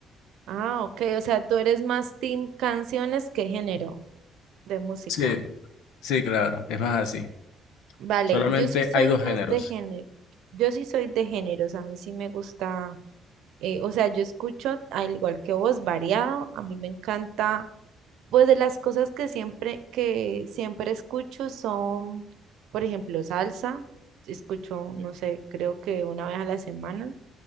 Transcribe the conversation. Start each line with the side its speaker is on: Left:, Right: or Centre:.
Right: Ah, ok, o sea, tú eres más team canciones que género de música.
Left: Sí, sí, claro, es más así.
Right: Vale,
Left: Solamente
Right: yo sí soy
Left: hay dos
Right: más
Left: géneros.
Right: de género, yo sí soy de géneros, a mí sí me gusta, eh, o sea, yo escucho, al igual que vos, variado, a mí me encanta, pues de las cosas que siempre, que siempre escucho son, por ejemplo, salsa, escucho, no sé, creo que una vez a la semana,